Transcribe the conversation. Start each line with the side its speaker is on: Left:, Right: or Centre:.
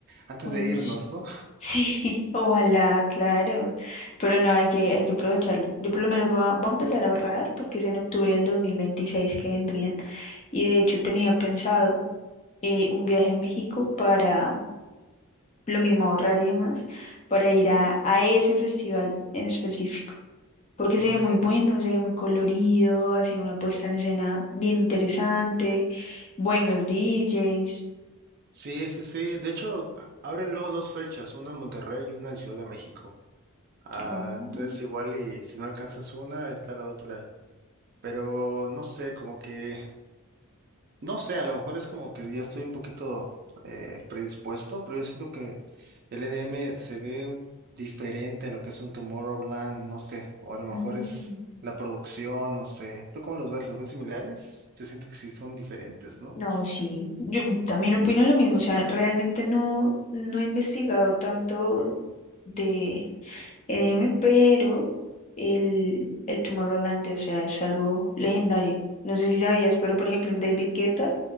Right: antes
Left: Bueno,
Right: de irnos,
Left: sí.
Right: ¿no?
Left: Sí, <laughs> ojalá, claro. Pero no, hay que, hay que aprovecharlo. Yo por lo menos voy a, voy a empezar a ahorrar porque es en octubre del 2026 que vendrían. Y de hecho tenía pensado eh, un viaje a México para lo mismo ahorrar y demás, para ir a, a ese festival en específico. Porque
Right: Ok.
Left: se ve muy bueno, se ve muy colorido, así una puesta en escena bien interesante, buenos DJs.
Right: Sí, sí, sí. De hecho, a- abren luego dos fechas, una en Monterrey y una en Ciudad de México. Ah,
Left: Oh,
Right: entonces igual y si no alcanzas una, está la otra. Pero no sé, como que, no sé, a lo mejor es como que ya estoy un poquito eh, predispuesto, pero yo siento que el EDM se ve un- diferente a lo que es un Tomorrowland, no sé, o a lo mejor
Left: mm.
Right: es la producción, no sé. ¿Tú cómo los ves? ¿Los ves similares? Yo siento que sí son diferentes, ¿no?
Left: No, sí, yo también opino lo mismo, o sea, realmente no, no he investigado tanto de EDM, pero el, el Tomorrowland, o sea, es algo legendario. No sé si sabías, pero por ejemplo, un David Guetta